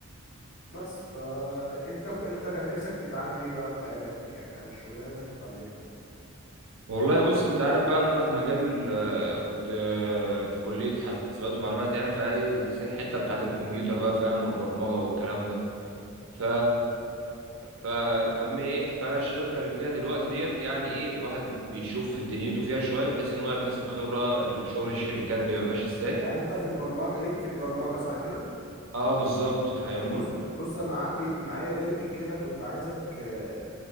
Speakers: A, on the left (about 55°); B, on the right (about 65°).
A: فبس فانت انت انت كان نفسك تتعلم ايه بقى في حياتك يعني او الشغلانة انت تتعلمها
B: والله بص انت عارف بقى ان انا في مجال ال كنت آه، في كلية حاسبات ومعلومات يعني في اي الحتة بتاعت الكمبيوتر بقى فاهم والبرمجة والكلام ده ف ف
A: طب
B: فاهم ايه فانا الشركة اللي فيها دلوقتي ديت يعني ايه الواحد بيشوف دنيته فيها شوية بحيث ان هو يكتسب خبرة شغل الشركات بيبقى ماشي ازاي
A: يعني انت في البرمجة ليك في البرمجة صح كده
B: اه بالظبط فاهمني
A: طب بص أيوه بص انا عندي معايا لينك كده كنت عايزك آه،